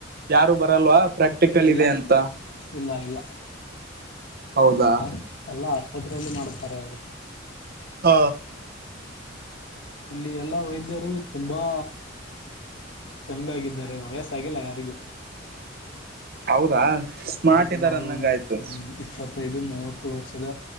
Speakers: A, on the right (about 50°); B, on the left (about 70°).
A: ಯಾರು ಬರಲ್ವಾ. ಪ್ರಾಕ್ಟಿಕಲ್
B: ಇಲ್ಲಾ
A: ಇದೆ ಅಂತ
B: ಇಲ್ಲಾ ಇಲ್ಲ.
A: ಹೌದಾ
B: ಅವ್ರ <unintelligible> ಎಲ್ಲ ಆಸ್ಪತ್ರೆಯಲ್ಲಿ ಮಾಡುತ್ತಾರೆ ಅವರು.
A: ಆ
B: ಇಲ್ಲಿ ಎಲ್ಲಾ ವೈದ್ಯರು ತುಂಬಾ. ಯಂಗ ಆಗಿದ್ದಾರೆ ವಯಸ್ಸಾಗಿಲ್ಲ ಯಾರಿಗೂ.
A: ಹೌದಾ. ಸ್ಮಾರ್ಟ್
B: ಸರಿ ಸುಮಾರು
A: ಇದ್ದಾರ ಅಂದಂಗ
B: ಒಂದು
A: ಆಯ್ತು
B: ಇಪ್ಪತ್ತೈದು ಮೂವತ್ ಹತ್ತು ವರ್ಷದ